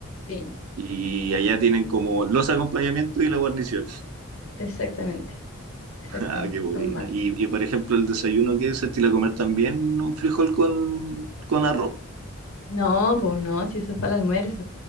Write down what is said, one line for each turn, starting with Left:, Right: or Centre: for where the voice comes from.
Left: sí,
Right: y allá tienen como los acompañamientos y la guarnición. <laughs>
Left: exactamente, exactamente,
Right: Ah, qué buena.
Left: son más.
Right: Y, y, por ejemplo, el desayuno que se estila comer también un frijol con, con arroz.
Left: No, pues no, si eso es para el almuerzo.